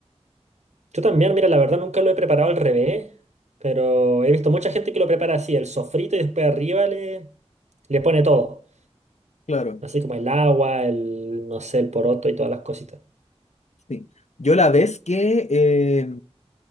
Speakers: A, on the right; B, on the left.
A: Yo también, mira, la verdad nunca lo he preparado al revés, pero he visto mucha gente que lo prepara así, el sofrito y después arriba le, le pone todo.
B: Claro,
A: Así como el agua, el, no sé, el poroto y todas las cositas.
B: sí. Yo la vez que eh,